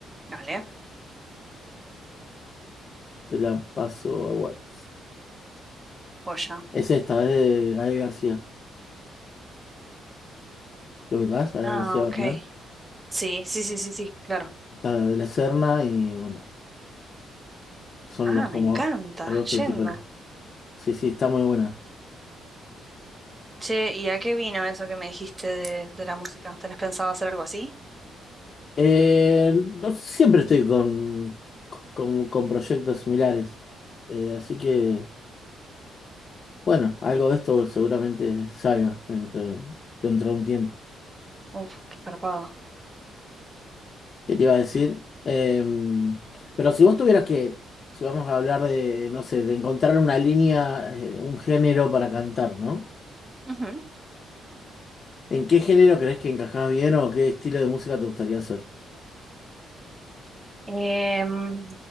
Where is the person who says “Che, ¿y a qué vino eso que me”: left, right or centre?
Right